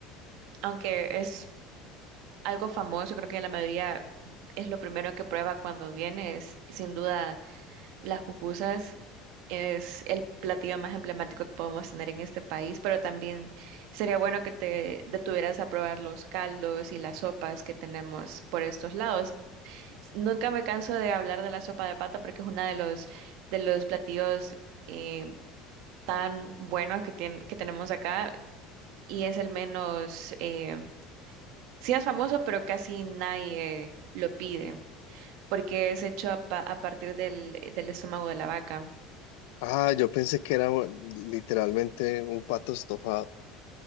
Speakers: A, on the right; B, on the left.
A: aunque es algo famoso, creo que la mayoría es lo primero que prueba cuando viene, es sin duda las pupusas. Es el platillo más emblemático que podemos tener en este país, pero también sería bueno que te detuvieras a probar los caldos y las sopas que tenemos por estos lados. Nunca me canso de hablar de la sopa de pata porque es uno de los, de los platillos eh, tan buenos que, tien- que tenemos acá y es el menos, eh, Sí es famoso, pero casi nadie lo pide, porque es hecho a, pa- a partir del, del estómago de la vaca.
B: Ah, yo pensé que era un- literalmente un pato estofado.